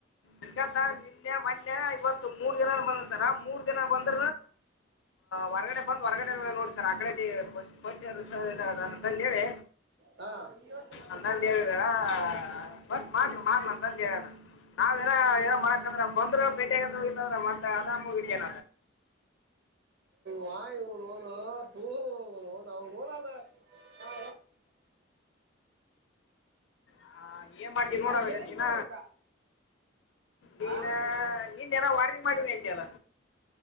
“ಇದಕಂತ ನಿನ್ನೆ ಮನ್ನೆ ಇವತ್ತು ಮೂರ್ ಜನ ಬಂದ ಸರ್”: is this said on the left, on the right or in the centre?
Left